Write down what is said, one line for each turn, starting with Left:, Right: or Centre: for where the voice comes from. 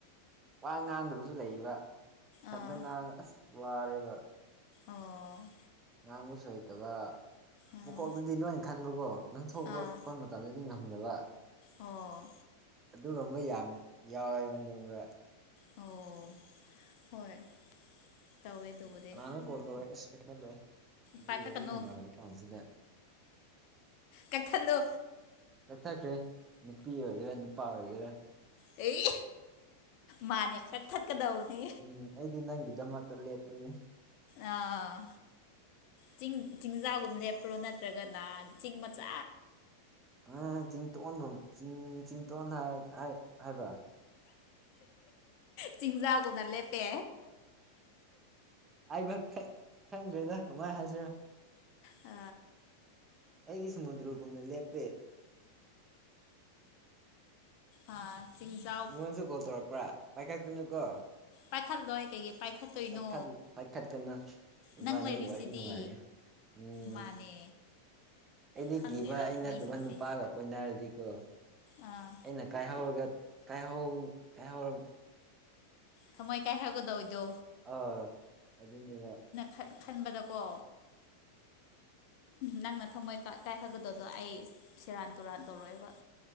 Right: ꯋꯥ ꯉꯥꯡꯗꯕꯁꯨ ꯂꯩꯕ ꯏꯊꯟꯇ
Left: ꯑꯥ
Right: ꯉꯥꯡꯉ ꯑꯁ ꯋꯥꯔꯦꯕ
Left: ꯑꯣ
Right: ꯉꯥꯡꯕꯁꯨ ꯍꯩꯇꯕ
Left: ꯑꯥ
Right: ꯃꯀꯣꯛꯇꯨꯗꯤ ꯅꯣꯏꯅ ꯈꯟꯕꯀꯣ ꯉꯥꯡꯊꯣꯛꯄꯛꯄ
Left: ꯑꯥ
Right: ꯃꯇꯝꯗꯗꯤ ꯉ ꯊꯤꯡꯕ
Left: ꯑꯣ
Right: ꯑꯗꯨꯒꯨꯝꯕ ꯌꯥꯝ ꯌꯥꯎꯋꯦꯕ ꯍꯟꯗꯛꯕ꯭ꯔꯥ
Left: ꯑꯣ ꯍꯣꯏ ꯇꯧꯋꯦ ꯑꯗꯨꯕꯨꯗꯤ
Right: ꯀꯅꯥꯅꯪ ꯀꯣꯜ ꯇꯧꯔꯦ ꯑꯁ ꯈꯜꯂꯦ ꯑꯗꯨꯏ
Left: ꯄꯥꯏꯈꯠꯀꯅꯨ
Right: ꯋꯥꯔꯤ ꯅꯨꯡꯉꯥꯏꯔ ꯀꯥꯟꯁꯤꯗ
Left: ꯀꯊꯜꯂꯣ
Right: ꯀꯠꯊꯈ꯭ꯔꯦ ꯅꯨꯄꯤ ꯑꯣꯏꯒꯦꯔꯥ ꯅꯨꯄꯥ ꯑꯣꯏꯒꯦꯔꯥ
Left: ꯑꯩ ꯃꯥꯅꯦ ꯀꯛꯊꯠꯀꯗꯧꯕꯅꯤ
Right: ꯎꯝ ꯑꯩꯗꯤ ꯅꯪꯒꯤꯗꯃꯛꯇ ꯂꯦꯞꯄꯅꯤ
Left: ꯑꯥ ꯆꯤꯡ ꯆꯤꯡꯖꯥꯛꯒꯨꯝ ꯂꯦꯞꯄ꯭ꯔꯣ ꯅꯠꯇ꯭ꯔꯒꯅ ꯆꯤꯡ ꯃꯆꯥ
Right: ꯑ ꯆꯤꯡꯇꯣꯟꯒꯨꯝꯤꯡ ꯆꯤꯡꯇꯣꯟ ꯍꯥꯏꯕ꯭ꯔꯥ
Left: ꯆꯤꯡꯖꯥꯒꯨꯝ ꯅ ꯂꯩꯦ ꯄꯦ
Right: ꯑꯩꯕ ꯈꯪꯗ꯭ꯔꯦꯗ ꯀꯃꯥꯏꯅ ꯍꯥꯏꯖꯔꯣ
Left: ꯑ
Right: ꯑꯩꯗꯤ ꯁꯃꯨꯗ꯭ꯔꯒꯨꯝꯅ ꯂꯦꯞꯄꯦ
Left: ꯑꯥ ꯆꯤꯡꯖꯥꯎ
Right: ꯅꯉꯣꯟꯁꯨ ꯀꯣꯜ ꯇꯧꯔꯛꯄ꯭ꯔꯥ ꯄꯥꯏꯈꯠꯀꯅꯨ ꯀꯣ
Left: ꯄꯥꯏꯈꯜꯗꯋꯥꯏ ꯀꯩꯒꯤ ꯄꯥꯏꯈꯠꯇꯣꯏꯅꯣ
Right: ꯄꯥꯏꯈꯠ ꯄꯥꯏꯈꯠꯀꯅ ꯏꯕꯥꯅꯤ
Left: ꯅꯪ ꯂꯩꯔꯤꯁꯤꯗꯤ
Right: ꯋꯥꯔꯤ ꯅꯨꯡꯉꯥꯏꯔꯦ ꯎꯝ
Left: ꯃꯥꯅꯦ
Right: ꯑꯩꯗꯤ
Left: ꯈꯪꯗꯦꯗ
Right: ꯀꯤꯕ ꯑꯩꯅ
Left: ꯃꯤꯁꯤꯡꯁꯦ
Right: ꯑꯗꯨꯃ ꯅꯨꯄꯥꯒ ꯀꯣꯏꯅꯔꯗꯤꯀꯣ
Left: ꯑꯥ
Right: ꯑꯩꯅ ꯀꯥꯏꯍꯧꯔꯒꯦ ꯀꯥꯏꯍꯧ ꯀꯥꯏꯍꯧꯔ
Left: ꯊꯃꯣꯏ ꯀꯥꯏ ꯍꯥꯏꯒꯗꯣ ꯏꯗꯣ
Right: ꯑꯥ ꯑꯗꯨꯅꯤꯕ
Left: ꯈꯟ ꯈꯟꯕꯗꯀꯣ ꯅꯪꯅ ꯊꯝꯃꯣꯏ ꯀꯥꯏ ꯍꯥꯏꯒꯗꯗꯣ ꯑꯩ ꯁꯦꯔꯥꯟ ꯇꯨꯔꯥꯟ ꯇꯧꯔꯛꯑꯦꯕ